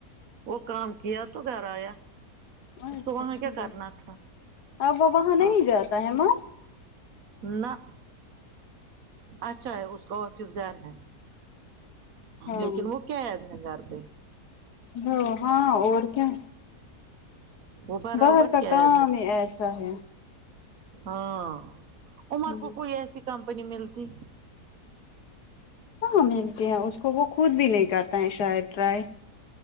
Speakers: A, on the right; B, on the left.
A: وہ کام کیا تو گھر آیا اس
B: اچھا
A: کو وہاں
B: ٹھیک
A: کیا کرنا تھا
B: اب وہ وہاں
A: ہاں
B: نہیں جاتا ہے ناں
A: نہ اچھا ہے اس کو آفس گھر ہے
B: ہاں
A: لیکن وہ قید ہے گھر پہ
B: وہ ہاں اور کیا
A: وہ برابر
B: باہر کا
A: قید
B: کام
A: ہے گھر
B: ہی
A: پہ
B: ایسا ہے
A: ہاں عمر
B: ہ
A: کو کوئی ایسی کمپنی ملتی
B: ہاں ملتی ہیں اس کو وہ خود بھی نہیں کرتا ہیں شاید ٹرائی